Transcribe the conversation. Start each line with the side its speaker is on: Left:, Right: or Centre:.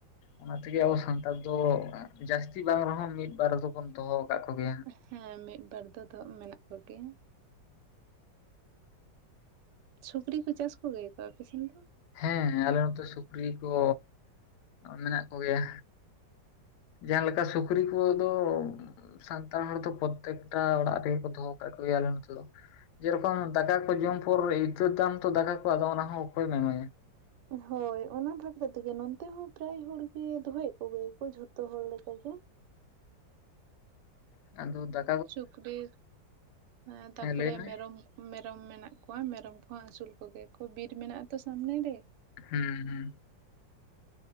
Left: ᱚᱱᱟ ᱛᱮᱜᱮ ᱟᱵᱚ ᱥᱟᱱᱛᱟᱲ ᱫᱚ ᱡᱟᱹᱥᱛᱤ ᱵᱟᱝ ᱨᱮᱦᱚᱸ ᱢᱤᱫ ᱵᱟᱨ ᱫᱚᱵᱚᱱ ᱫᱚᱦᱚ ᱟᱠᱟᱫ ᱠᱚᱜᱮᱭᱟ᱾
Right: ᱦᱮᱸ ᱢᱤᱫ ᱵᱟᱨ ᱫᱚ ᱫᱚᱦᱚ ᱢᱮᱱᱟᱜ ᱠᱚᱜᱮᱭᱟ᱾ ᱥᱩᱠᱨᱤ ᱠᱚ ᱪᱟᱥ ᱠᱚᱜᱮᱭᱟ ᱠᱚ ᱟᱯᱮ ᱥᱮᱱ ᱫᱚ?
Left: ᱦᱮᱸ ᱟᱞᱮ ᱱᱚᱛᱮ ᱥᱩᱠᱨᱤ ᱠᱚ ᱢᱮᱱᱟᱜ ᱠᱚᱜᱮᱭᱟ᱾ ᱡᱟᱦᱟᱸ ᱞᱮᱠᱟ ᱥᱩᱠᱨᱤ ᱠᱚ ᱫᱚ ᱥᱟᱱᱛᱟᱲ ᱦᱚᱲ ᱫᱚ ᱯᱨᱚᱛᱮᱠᱴᱟ ᱚᱲᱟᱜ ᱨᱮᱜᱮ ᱠᱚ ᱫᱚᱦᱚ ᱠᱟᱜ ᱠᱚᱜᱮᱭᱟ ᱟᱞᱮ ᱱᱚᱛᱮ ᱫᱚ᱾ ᱡᱮᱨᱚᱠᱚᱢ ᱫᱟᱠᱟ ᱠᱚ ᱡᱚᱢ ᱯᱚᱨ ᱤᱛᱟᱹᱫ ᱫᱟᱢ ᱛᱚ ᱫᱟᱠᱟ ᱠᱚ ᱟᱫᱚ ᱚᱱᱟ ᱦᱚᱸ ᱚᱠᱚᱭᱮᱢ ᱮᱢᱟᱭᱟ?
Right: ᱦᱳᱭ ᱚᱱᱟ ᱵᱟᱠᱷᱨᱟ ᱛᱮᱹᱜᱮ ᱱᱚᱱᱛᱮ ᱦᱚᱸ ᱯᱨᱟᱭ ᱦᱚᱲ ᱜᱮ ᱫᱚᱦᱚᱭᱮᱫ ᱠᱚᱜᱮᱭᱟᱠᱚ ᱡᱷᱚᱛᱚ ᱦᱚᱲ ᱞᱮᱠᱟᱜ ᱜᱮ᱾
Left: ᱟᱫᱟ ᱫᱟ
Right: ᱥᱩᱠᱨᱤ ᱮᱸ ᱛᱟᱯᱚᱨᱮ
Left: ᱦᱮᱸ ᱞᱟᱹᱭ ᱢᱮ
Right: ᱢᱮᱨᱚᱢ᱾ ᱢᱮᱨᱚᱢ ᱢᱮᱱᱟᱜ ᱠᱚᱣᱟ ᱢᱮᱨᱚᱢ ᱠᱚᱦᱚᱸ ᱟᱹᱥᱩᱞ ᱠᱚᱜᱮᱭᱟ ᱠᱚ, ᱵᱤᱨ ᱢᱮᱱᱟᱜ-ᱟ ᱛᱚ ᱥᱟᱢᱱᱮ ᱨᱮ᱾
Left: ᱦᱩᱸ ᱦᱩᱸ᱾